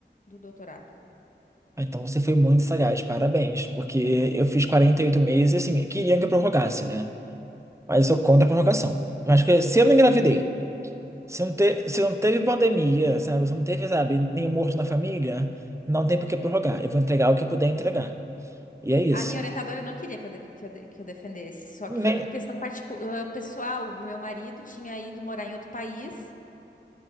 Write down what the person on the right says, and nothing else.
Ah, Então você foi muito sagaz, parabéns, porque eu fiz 48 meses, e assim, queriam que eu prorrogasse, né? Mas eu sou contra a prorrogação. Eu acho que se eu não engravidei, se não, te- se não teve pandemia, sabe? Se não teve, sabe, nenhum morto na família, não tem por que prorrogar. Eu vou entregar o que eu puder entregar. E é isso.
Nem...